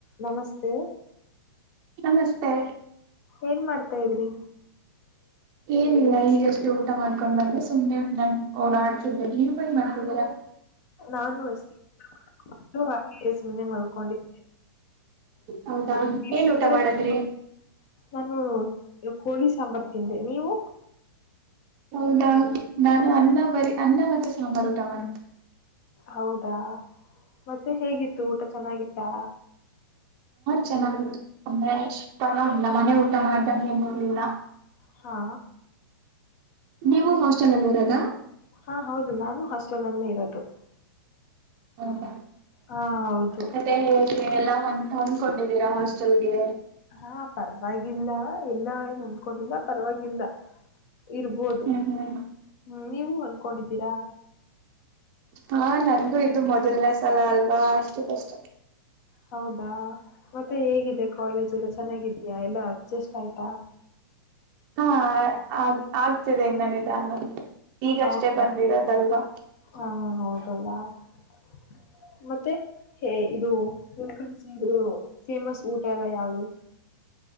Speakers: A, on the left; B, on the right.
A: ನಮಸ್ತೆ
B: ನಮಸ್ತೆ
A: ಏನ್ ಮಾಡ್ತಾ ಇದ್ರಿ
B: ಏನಿಲ್ಲ ಈಗಷ್ಟೇ ಊಟ ಮಾಡ್ಕೊಂಡ್ ಬಂದೆ ಸುಮ್ನೆ ನನ್ ಓಡಾಡ್ತಿದ್ದನೆ ನೀ ಮಾಡ್ತೀರಾ
A: ನಾನು <unintelligible> ಸುಮ್ಮನೆ ಮಲ್ಕೊಂಡಿದ್ದೆ
B: ಹೌದಾ
A: <unintelligible>
B: ಏನ್ ಊಟ ಮಾಡದ್ರಿ
A: ಸಾಂಬಾರ್ ತಿಂದೆ ನೀವು
B: ಹೌದಾ ನಾನು ಅನ್ನ ಬರಿ ಅನ್ನ ಮತ್ತೆ ಸಾಂಬಾರ್ ಊಟ ಮಾಡ
A: ಹೌದಾ ಮತ್ತೆ ಹೇಗಿತ್ತು ಊಟಾ ಚೆನ್ನಾಗತ್ತಾ
B: ಚೆನ್ನಾಗಿತ್ತು ಅಂದ್ರೆಷ್ಟ ಪರವಾಗಿಲ್ಲ ಮನೆ ಊಟ ಮಾಡ್ದಂ ಏನಲಿಲ್ಲ
A: ಹಾ
B: ನೀವು ಹಾಸ್ಟೆಲ್ ಅಲ್ಲಿ ಇರೋದಾ
A: ಹಾ ಹೌದು ನಾನು ಹಾಸ್ಟೆಲ್ ನಲ್ಲೇ ಇರೋದು
B: ಹೌದಾ
A: ಹಾ ಹೌದು
B: ಮತ್ತೆ ಹೇಗೆ ಎಲ್ಲಾ ಒಂದ ಹೊಂದ್ಕೊಂಡಿದ್ದೀರಾ ಹಾಸ್ಟೆಲ್ಗೆ
A: ಹಾ ಪರವಾಗಿಲ್ಲ ಎಲ್ಲ ಏನು ಅಂದಕೊಂಡಿಲ್ಲೋ ಪರವಾಗಿಲ್ಲಾ ಇರ್ಬೋದು
B: ಹ್ಮ್ ಹ್ಮ್
A: ಹ್ಮ ನೀವು ಹೊಂನ್ಕೊಂಡಿದ್ದೀರಾ
B: ಹಾ ನಂದು ಇದು ಮೊದಲನ ಸಲ ಅಲ್ವಾ ಅಷ್ಟು ಕಷ್ಟ
A: ಹೌದಾ ಮತ್ತೆ ಹೇಗಿದೆ ಕಾಲೇಜ್ ಎಲ್ಲ ಚೆನ್ನಾಗಿದಯಾ ಎಲ್ಲ ಅಡ್ಜಸ್ಟ್ ಆಯ್ತಾ
B: ಹಾ ಆ ಆಗ್ತಿದೆ ಇನ್ನನಧಾನು ಈಗಷ್ಟೇ
A: ಹೌದಾ
B: ಬಂದಿರೋದಲ್ವಾ
A: ಹಾ ಹೌದಲ್ಲ <inaudible> ಮತ್ತೆ ಹೇ ಇದುಕಳಸ ಇದು ಫೇಮಸ್ ಊಟ ಎಲ್ಲ ಯಾವ್ದದು